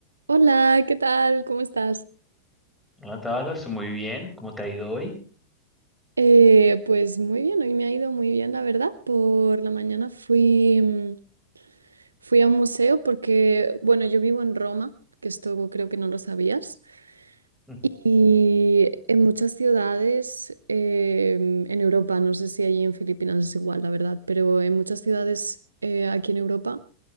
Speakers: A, on the right (about 75°); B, in the centre.
A: Hola, ¿qué tal? ¿Cómo estás?
B: Hola Tabata, estoy muy bien. ¿Cómo te ha ido hoy?
A: Eh, pues muy bien, hoy me ha ido muy bien, la verdad. Por la mañana fui, mm, fui a un museo porque, bueno, yo vivo en Roma, que esto creo que no lo sabías,
B: Mm,
A: y en muchas ciudades eh, mm, en Europa, no sé si allí en Filipinas es igual, la verdad, pero en muchas ciudades eh, aquí en Europa.